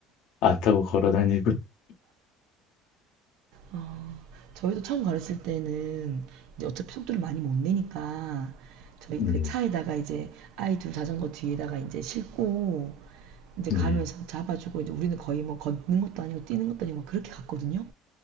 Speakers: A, on the left (about 55°); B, on the right (about 70°).
A: 안 타고 걸어 다니고. <laughs>
B: 어, 저희도 처음 가르칠 때는 이제 어차피 속도를 많이 못 내니까 저희
A: 네,
B: 그 차에다가 이제 아이 둘 자전거 뒤에다가 이제 싣고 이제
A: 네,
B: 가면서 잡아주고 이제 우리는 거의 뭐 걷는 것도 아니고 뛰는 것도 아니고 막 그렇게 갔거든요.